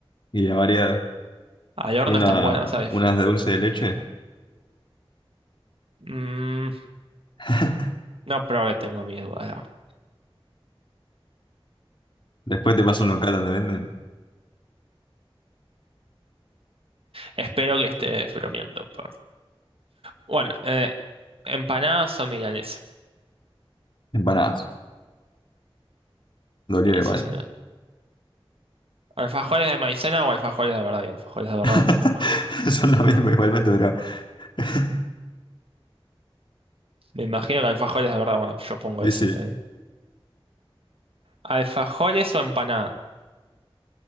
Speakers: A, on the left; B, on the right.
A: Y la variedad,
B: Al horno
A: una,
B: están buenas, ¿sabes?
A: unas de dulce de leche.
B: Mm,
A: <laughs>
B: no probé, tengo mis dudas. la verdad.
A: Después te pasa un local donde venden
B: Espero que esté bromeando. pero- Bueno, eh, empanadas o milanesa.
A: empanadas. Dolió
B: Y
A: igual.
B: sí, sí, no. ¿Alfajores de maicena o alfajores de verdad? Y alfajores de verdad,
A: <laughs>
B: no me imagino.
A: Son lo mismo igualmente, pero... <laughs>
B: Me imagino que alfajores de verdad, bueno, yo pongo
A: Y
B: eso.
A: sí.
B: me da igual. ¿Alfajores o empanada?